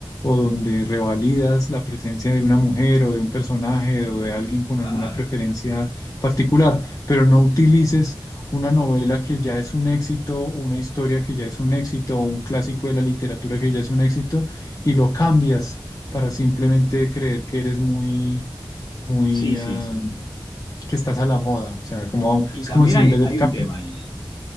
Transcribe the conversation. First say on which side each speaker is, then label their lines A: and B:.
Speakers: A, on the left; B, on the left.
A: o donde revalidas la presencia de una mujer o de un personaje o de alguien con alguna
B: Claro.
A: preferencia particular, pero no utilices una novela que ya es un éxito, una historia que ya es un éxito, un clásico de la literatura que ya es un éxito, y lo cambias para simplemente creer que eres muy, muy,
B: Sí, sí,
A: ah,
B: sí.
A: que estás a la moda. O sea, como,
B: Y
A: es
B: también
A: como si
B: hay,
A: en vez de...
B: hay
A: cap-
B: un tema ahí